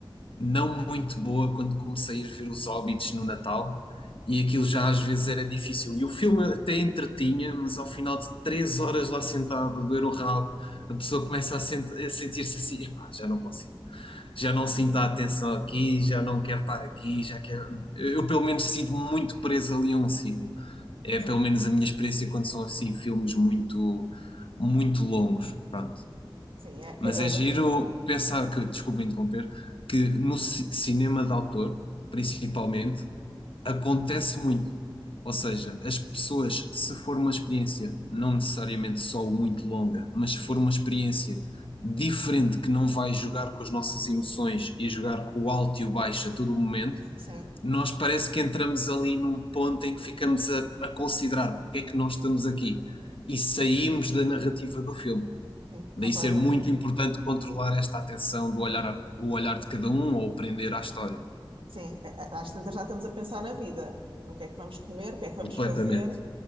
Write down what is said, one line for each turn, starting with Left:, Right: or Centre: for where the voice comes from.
Left: não muito boa quando comecei a ver os Hobbits no Natal e aquilo já às vezes era difícil. E o filme até entretinha, mas ao final de três horas lá sentado, a doer o rabo, a pessoa começa a, sent- a sentir-se assim: epá, já não consigo. Já não
Right: É,
Left: sinto a atenção aqui, já não quero estar aqui, já quero. Eu, eu, pelo menos, sinto-me muito preso ali a um sítio. É
Right: sim,
Left: pelo menos a minha experiência quando são assim filmes muito, muito longos. Pronto.
Right: sim, é,
Left: Mas
Right: é,
Left: é
Right: é
Left: giro
Right: da,
Left: pensar que, desculpa interromper, que no ci- cinema de autor, principalmente, acontece muito. Ou seja, as pessoas, se for uma experiência, não necessariamente só muito longa, mas se for uma experiência diferente que não vai jogar com as nossas emoções e jogar com o alto e o baixo a todo o momento,
Right: sim,
Left: nós parece que entramos ali num ponto em que ficamos a, a considerar porque é que nós estamos aqui e saímos da narrativa do filme.
Right: sim,
Left: Daí
Right: completamente.
Left: ser muito importante controlar esta atenção do olhar, a- o olhar de cada um ou prender à história.
Right: Sim, é, é, às tantas já estamos a pensar na vida, no que é que vamos comer, o que é que vamos
Left: Completamente,
Right: fazer.